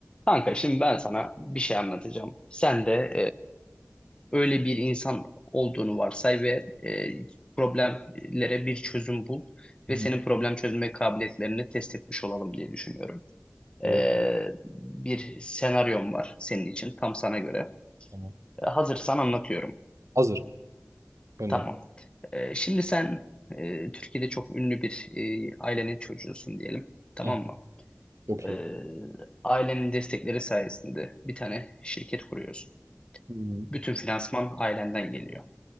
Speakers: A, on the left; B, on the right.
A: Kanka şimdi ben sana bir şey anlatacağım. Sen de e, öyle bir insan olduğunu varsay ve e, problemlere bir çözüm bul ve
B: Hı hı.
A: senin problem çözme kabiliyetlerini test etmiş olalım diye düşünüyorum.
B: Böyle,
A: E, bir senaryom var senin için tam sana göre.
B: tamam.
A: E, hazırsan anlatıyorum.
B: Hazır. Gönder.
A: Tamam. E, şimdi sen e, Türkiye'de çok ünlü bir e, ailenin çocuğusun diyelim. Tamam
B: Heh.
A: mı?
B: Çok
A: E,
B: iyi.
A: ailenin destekleri sayesinde bir tane şirket kuruyorsun.
B: Hı hı.
A: Bütün finansman ailenden geliyor.